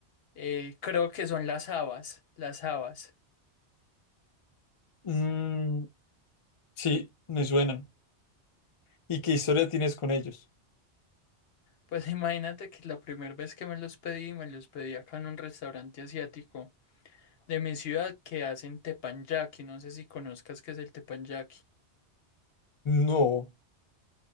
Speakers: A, on the left (about 65°); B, on the left (about 40°).
A: Eh, creo que son las habas, las habas.
B: Mm, sí, me suenan. ¿Y qué historia tienes con ellos?
A: Pues <laughs> imagínate que la primera vez que me los pedí, me los pedí acá en un restaurante asiático de mi ciudad que hacen teppanyaki. No sé si conozcas qué es el teppanyaki.
B: No,